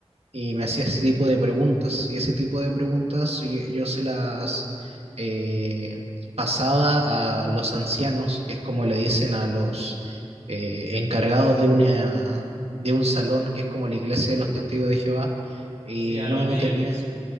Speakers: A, on the right; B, on the right.
A: Y me hacía ese tipo de preguntas, y ese tipo de preguntas yo, yo se las eh, pasaba a los ancianos, que es como le dicen a los eh, encargados de una, de un salón, que es como la iglesia de los testigos de Jehová, y
B: Sí, a
A: no
B: los líderes.
A: tenía,